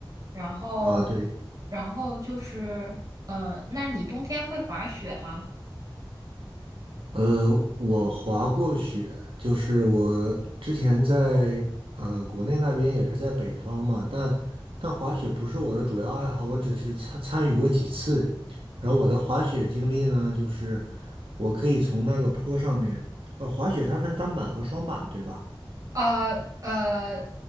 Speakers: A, on the right (about 40°); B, on the right (about 85°).
A: 然后，
B: 啊，对。
A: 然后就是，呃，那你冬天会滑雪吗？
B: 呃，我滑过雪，就是我之前在呃国内那边也是在北方嘛，但但滑雪不是我的主要爱好，我只是参参与过几次。然后我的滑雪经历呢，就是我可以从那个坡上面，呃，滑雪它分单板和双板，对吧？
A: 呃呃，